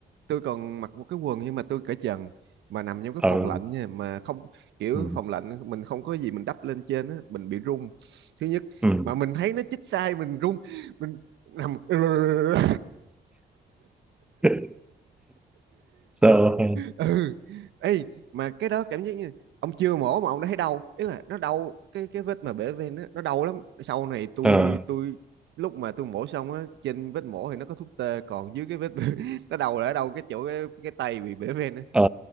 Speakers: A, on the right; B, in the centre.
A: tôi còn mặc một cái quần nhưng mà tôi cởi trần mà nằm trong cái
B: ừ
A: phòng lạnh nha mà không kiểu
B: ừ
A: phòng lạnh mình không có gì mình đắp lên trên á mình bị run thứ nhất
B: ừ
A: mà mình thấy nó chích sai mình run mình nằm <laughs>
B: <laughs> so
A: ừ ê mà cái đó cảm giác như ông chưa mổ mà ông đã thấy đau ý là nó đau cái cái vết mà bể ven á nó đau lắm sau này tôi
B: ờ
A: tôi lúc mà tôi mổ xong á trên vết mổ thì nó có thuốc tê còn dưới cái vết <laughs> nó đầu là ở đâu cái chỗ cái, cái tay bị bể ven á
B: ờ